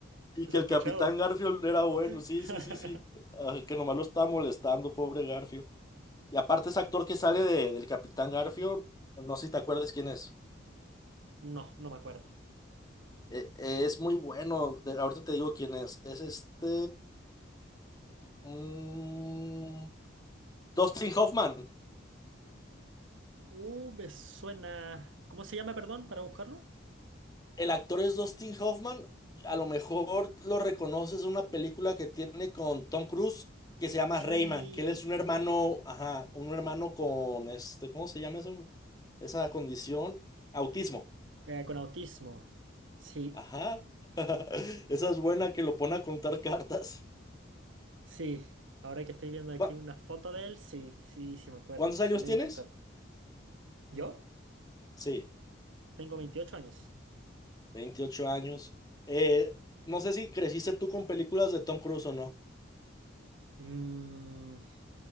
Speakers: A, on the left; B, on the right.
A: Y
B: eso
A: que
B: he
A: el
B: escuchado.
A: Capitán Garfield era bueno,
B: <laughs>
A: sí, sí, sí, sí. Ah, que nomás lo está molestando, pobre Garfield. Y aparte ese actor que sale de, del Capitán Garfield, no sé si te acuerdas quién es.
B: No, no me acuerdo.
A: Eh, eh, es muy bueno, de- ahorita te digo quién es. Es este... mm, Dustin Hoffman.
B: Uh, me suena. ¿Cómo se llama, perdón, para buscarlo?
A: El actor es Dustin Hoffman. A lo mejor lo reconoces en una película que tiene con Tom Cruise que se llama
B: Sí,
A: Rayman, que él es un hermano, ajá, un hermano con este, ¿cómo se llama eso? Esa condición, autismo.
B: eh, con autismo. Sí,
A: Ajá. <laughs> Esa es buena que lo pone a contar cartas.
B: sí. Ahora que estoy viendo aquí
A: Cu-
B: una foto de él, sí, sí, sí me acuerdo.
A: ¿Cuántos
B: Excelente
A: años tienes?
B: actor. ¿Yo?
A: Sí,
B: Tengo 28 años.
A: 28 años. Eh, no sé si creciste tú con películas de Tom Cruise o no.
B: Mmm...